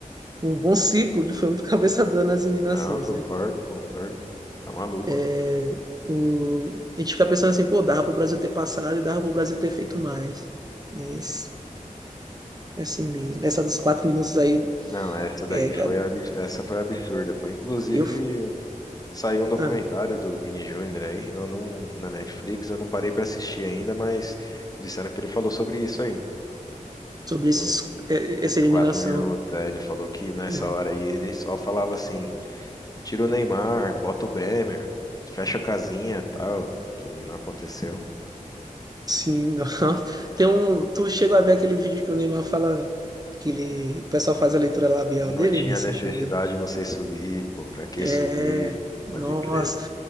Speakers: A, on the right; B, on the left.
A: um bom ciclo, ele foi muito <laughs> cabeça dura nas eliminações,
B: Não, concordo,
A: né?
B: concordo. Tá maluco.
A: É, o, a gente fica pensando assim, pô, dava pro Brasil ter passado e dava pro Brasil ter feito mais. Mas é assim mesmo. Essa dos quatro minutos aí,
B: Não, essa daí
A: é, cara.
B: foi, abs- essa foi absurda, pô. Inclusive,
A: Eu.
B: saiu um documentário
A: ah,
B: do Vini Júnior aí, eu não, na Netflix, eu não parei pra assistir ainda, mas disseram que ele falou sobre isso aí,
A: sobre esses,
B: no,
A: é,
B: nesses
A: essa eliminação.
B: quatro minutos.
A: né?
B: Aí ele falou que nessa
A: É,
B: hora aí ele só falava assim, Tira o Neymar, bota o Bremer, fecha a casinha, tal, que não aconteceu.
A: sim, <laughs> nossa. Tem um, tu chegou a ver aquele vídeo que o Neymar fala que ele, o pessoal faz a leitura labial
B: Não
A: dele
B: tinha
A: nesse
B: necessidade
A: jogo? aí?
B: de vocês subir, pô, pra que
A: É,
B: subir?
A: nossa.
B: Pode crer.